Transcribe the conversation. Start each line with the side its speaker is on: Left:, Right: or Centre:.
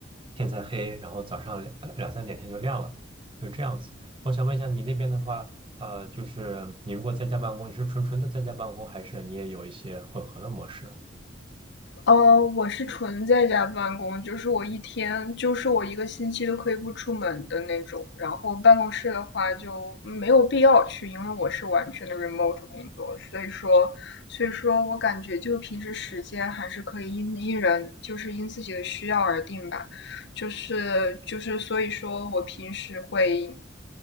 Right: 天才黑，然后早上两呃两三点天就亮了，就这样子。我想问一下你那边的话，呃，就是你如果在家办公，你是纯纯的在家办公，还是你也有一些混合的模式？
Left: 呃，我是纯在家办公，就是我一天，就是我一个星期都可以不出门的那种。然后办公室的话就没有必要去，因为我是完全的 remote 工作，所以说，所以说我感觉就平时时间还是可以因因人，就是因自己的需要而定吧。就是就是所以说我平时会